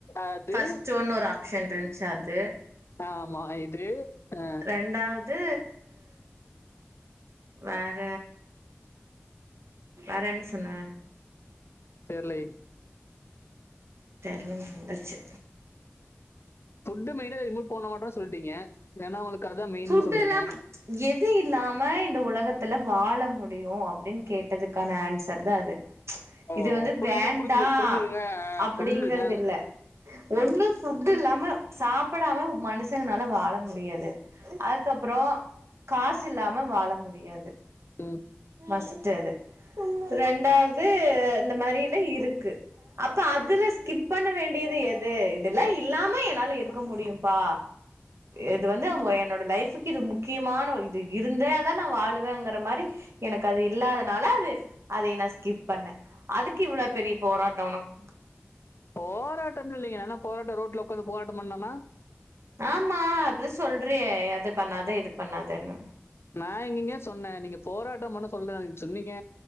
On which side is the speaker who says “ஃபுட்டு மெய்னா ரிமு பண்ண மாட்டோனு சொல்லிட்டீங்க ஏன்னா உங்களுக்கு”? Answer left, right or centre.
Left